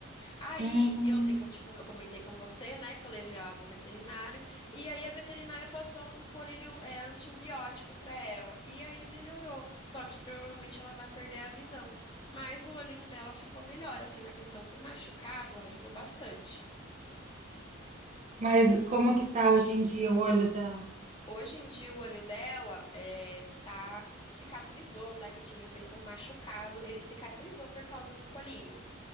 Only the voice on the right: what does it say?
Hum,
mas como que tá hoje em dia o olho dela?